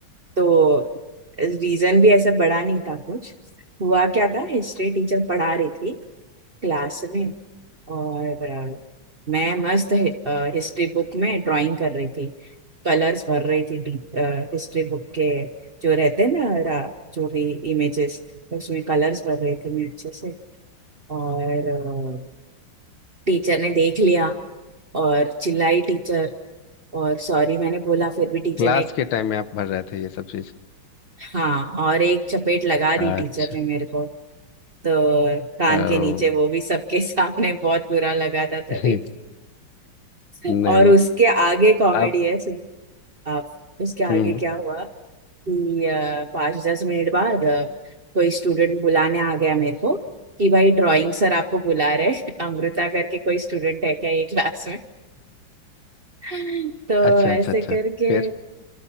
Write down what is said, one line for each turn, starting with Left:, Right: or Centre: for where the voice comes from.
Right: तो रीजन भी ऐसा बड़ा नहीं था कुछ हुआ क्या था हिस्ट्री टीचर पढ़ा रही थी क्लास में और अ, मैं मस्त हिस्ट्री बुक में ड्राइंग कर रही थी कलर्स भर रही थी हिस्ट्री बुक के जो रहते हैं ना रा, जो भी इमेजेस उसमें कलर्स भर रही थी मैं अच्छे से और टीचर ने देख लिया और चिल्लाई टीचर और सॉरी मैंने बोला फिर भी टीचर
Left: क्लास
Right: ने
Left: के टाइम में आप भर रहे थे ये सब चीज
Right: हाँ और एक चपेट लगा दी
Left: अच्छा
Right: टीचर ने मेरे को तो कान
Left: ओ
Right: के नीचे वो भी सबके <laughs> सामने बहुत बुरा लगा था
Left: <laughs>
Right: तभी
Left: नहीं
Right: <laughs> और उसके आगे कॉमेडी
Left: आप
Right: है आप उसके आगे
Left: हम्म
Right: क्या हुआ कि अ, पाँच दस मिनट बाद अ, कोई स्टूडेंट बुलाने आ गया मेरे को कि भाई ड्राइंग सर आपको बुला रहे हैं। <laughs> अमृता करके कोई स्टूडेंट है क्या ये क्लास में <laughs> तो
Left: अच्छा
Right: ऐसे
Left: अच्छा अच्छा
Right: करके
Left: फिर